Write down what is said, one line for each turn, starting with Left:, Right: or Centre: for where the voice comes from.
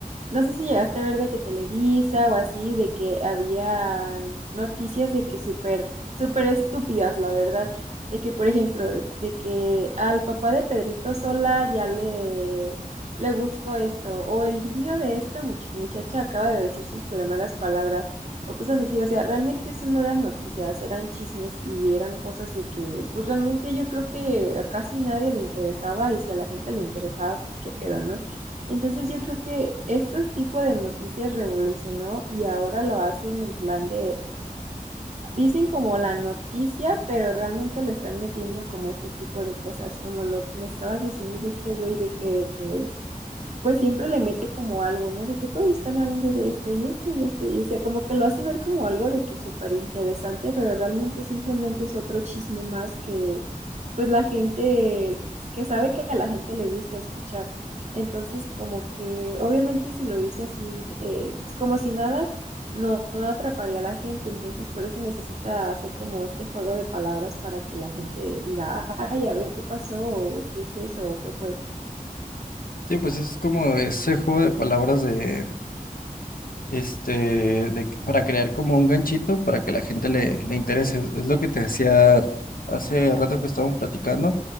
Right: no sé si llegaste a ver de que Televisa o así, de que había noticias de que súper, súper estúpidas, la verdad, de que, por ejemplo, de, de que al papá de Pedrito Sola ya le, le gustó esto, o el niño de esta much- muchacha acaba de decir sus super malas palabras o cosas así. O sea, realmente eso no eran noticias, eran chismes y eran cosas de que, pues realmente yo creo que a casi nadie le interesaba y si a la gente le interesaba, pues qué pedo, ¿no? Entonces yo creo que estos tipo de noticias revolucionó y ahora lo hacen en plan de, dicen como la noticia, pero realmente le están metiendo como este tipo de cosas, como lo que me estabas diciendo de este güey de que... eh, pues siempre le mete como algo, ¿no? De que todos están hablando de esto y esto y esto, y o sea, como que lo hace ver como algo de que súper interesante, pero realmente simplemente es otro chisme más que, pues la gente, que sabe que a la gente le gusta escuchar. Entonces, como que, obviamente si lo dice así, de- pues, como si nada, no, no atraparía a la gente, entonces por eso necesita hacer como este juego de palabras para que la gente diga, ay, a ver qué pasó, o qué es eso, o qué fue.
Left: Sí, pues es como ese juego de palabras de, este, de, que- para crear como un ganchito para que la gente le, le interese. Es lo que te decía hace rato que estábamos platicando